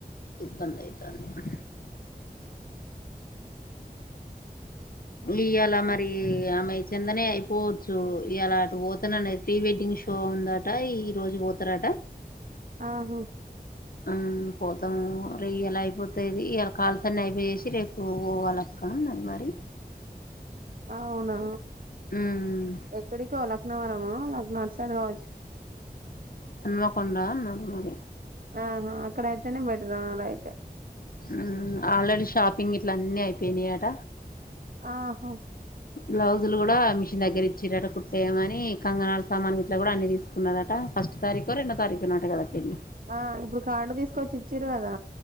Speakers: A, on the left; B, on the right.
A: ఇబ్బందాయితంది ఇయ్యలా మరి ఆమె చెందనేయి అయిపోవచ్చు ఇయ్యలా అటు పోతననేది ప్రీ వెడ్డింగ్ షో ఉందట ఈ రోజు పోతారట
B: ఆహా
A: ఆ పోతాము రే ఇయ్యలా అయిపోతాది ఇయ్యలా కాల్సన్ని అయిపోచెసి రేపు పోవాల అక్క అన్నది మరి
B: అవునా
A: ఉమ్
B: ఎక్కడిీ కల్ అక్ క్నవరమా లక్న అట్ సైడ్ కావచ్చు
A: హన్మకొండ అన్నారు మరే
B: ఆహా అక్కడ అయితేనే బెటర్ ఆ రైటే
A: హు ఆల్రెడీ షాపింగ్ గిట్ల అన్నీ అయిపోయినాయట
B: ఆహో
A: బ్లౌజులు కూడా మిషిన్ దగ్గర ఇచ్చిరట కుట్టేయమని కంగనాల్ సామాన్ గిట్లా కూడా అన్ని తీసుకున్నాదట ఫస్ట్ తారీకొ రెండో తారీకొ నట కదా పెళ్ళి
B: ఆ ఇప్పుడు కార్డు తీసుకొచ్చి ఇచ్చిర్రు కదా